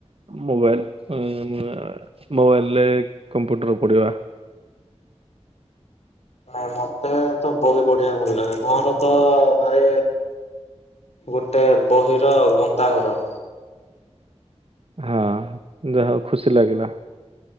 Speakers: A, on the right; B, on the left.
A: ମୋବାଇଲ୍ ଉଁ ମୁଁ ଆ ମୋବାଇଲଲେ କମ୍ପୁଟର ପଢିବା।
B: ନାଇଁ ମତେ ତ ବହି ପଢିବା ଭଲ ଲାଗେ ମୋର ତ ଭାଇ ଗୋଟେ ବହିର ଗନ୍ତାଘର।
A: ହଁ ଯାହା ହଉ ଖୁସି ଲାଗିଲା।